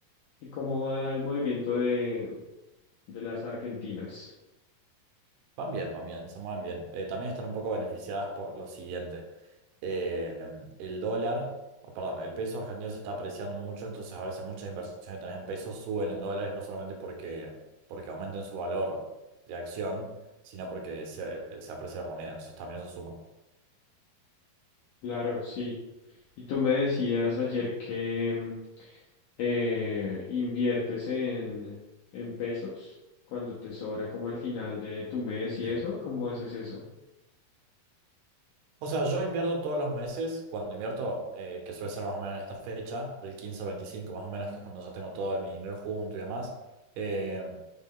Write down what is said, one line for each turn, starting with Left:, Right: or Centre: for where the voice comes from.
Left: ¿Y cómo va el movimiento de, de las argentinas?
Right: Van bien, van bien, se mueven bien. Eh, también están un poco beneficiadas por lo siguiente. Eh, el dólar, oh, perdón, el peso argentino se está apreciando mucho, entonces a veces muchas inversiones que tenés en pesos suben en dólares, no solamente porque, porque aumenten su valor de acción, sino porque se, se aprecia la moneda, entonces también eso suma.
Left: Claro, sí. Y tú me decías ayer que, mm, eh, inviertes en, en pesos cuando te sobra como al final de tu mes y
Right: Sí.
Left: eso, ¿cómo haces eso?
Right: O sea, yo invierto todos los meses, cuando invierto, eh, que suele ser más o menos en esta fecha, del 15 al 25 más o menos, que es cuando ya tengo todo mi dinero junto y demás. eh,